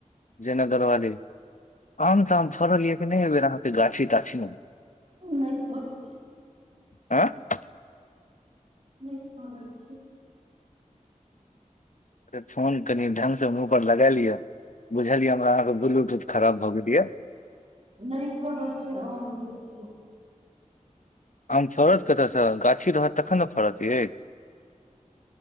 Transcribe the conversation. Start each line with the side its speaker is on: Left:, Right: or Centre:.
Left: जयनगरवाली आम ताम फड़ल ये कि नहि एहिबेर अहाँके गाछी ताछी मे
Right: नहि फरल छै
Left: आँय
Right: नहि फरल छै
Left: फोन कनी ढंग से मुह पर लगए लियऽ बुझलिये हमरा अहाँ के ब्लूटूथ खराब भए गेल ये
Right: नहि फरल छय आम लीची
Left: आम फड़त कतयसँ गाछी रहत तखन ने फड़त ये